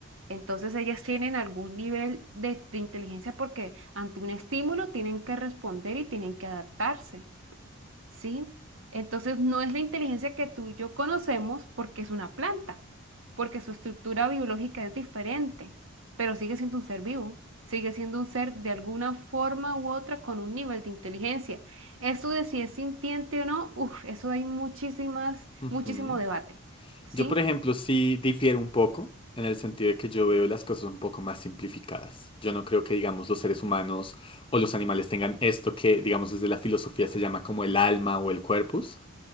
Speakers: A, on the right (about 70°); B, on the left (about 25°).
A: Entonces ellas tienen algún nivel de, de inteligencia porque ante un estímulo tienen que responder y tienen que adaptarse. ¿sí? Entonces no es la inteligencia que tú y yo conocemos porque es una planta, porque su estructura biológica es diferente, pero sigue siendo un ser vivo, sigue siendo un ser de alguna forma u otra con un nivel de inteligencia. Eso de si es sintiente o no, uf, eso hay muchísimas,
B: ujú.
A: muchísimo debate, ¿sí?
B: Yo, por ejemplo, sí difiero un poco en el sentido de que yo veo las cosas un poco más simplificadas. Yo no creo que, digamos, los seres humanos o los animales tengan esto que, digamos, desde la filosofía se llama como el alma o el corpus,